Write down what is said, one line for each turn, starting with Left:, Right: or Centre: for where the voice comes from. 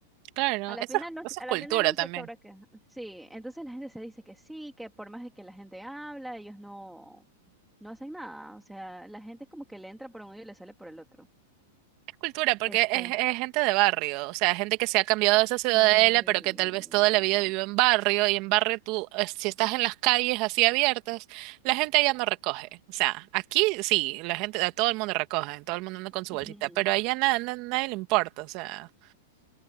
Right: Claro,
Centre: A la
Right: eso,
Centre: final no,
Right: eso es
Centre: a
Right: cultura
Centre: la final no
Right: también.
Centre: sé qué habrá que. Sí, entonces la gente se dice que sí, que por más de que la gente habla, ellos no, no hacen nada. O sea, la gente es como que le entra por un oído y le sale por el otro.
Right: Cultura, porque
Centre: Este,
Right: es, es gente de barrio, o sea, gente que se ha cambiado de esa ciudadela,
Centre: sí.
Right: pero que tal vez toda la vida vivió en barrio, y en barrio tú, eh, si estás en las calles así abiertas, la gente allá no recoge. O sea, aquí sí, la gente, a todo el mundo recoge, todo el mundo anda con su bolsita,
Centre: Ujú.
Right: pero allá nada, na- nadie le importa, o sea,